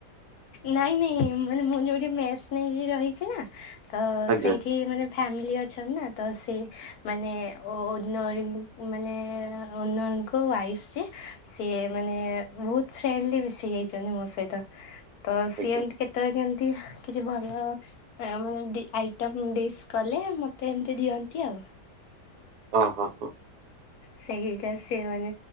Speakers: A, on the left; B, on the right.
A: ନାଇଁ ନାଇଁ ମାନେ ମୁଁ ଯୋଉ ମେସ୍ ନେଇ ରହିଛି ନା ତ
B: ଆଜ୍ଞା
A: ସେଇଠି ମାନେ ଫ୍ୟାମିଲି ଅ ଅଛନ୍ତି ନା ତ ସେ ମାନେ ଓନର ମାନେ ଓନର ଙ୍କ ୱାଇଫ୍ <unintelligible> ସିଏ ମାନେ ବହୁତ୍ ଫ୍ରେଣ୍ଡଲି ମିଶି ଯାଇଛନ୍ତି ସେଇଟା ତ ସିଏ
B: ଆଜ୍ଞା
A: ଏମତି କେତେବେଳେ କେମିତି ଏମିତି କିଛି ଭଲ ମାନେ ଆଇଟମ୍ ଡିସ୍ କଲେ ମତେ ଏମତି ଦିଅନ୍ତି ଆଉ
B: ଓ ହୋ ହୋ।
A: ସେଇଟା ସେ ମାନେ